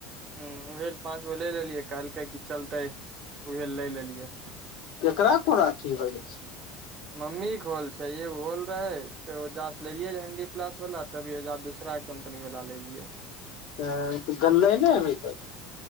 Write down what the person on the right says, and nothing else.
हाँ उहे ले पांच गो ले लेलियै कहलकै की चलते ऊहे ल ले लेलियै।
मम्मी के होल छैय य होल रहे तऽ ओ जाँच लेलियै हंडी प्लास वला तभी बजार दूसरा कम्पनी वला लेलियैैे।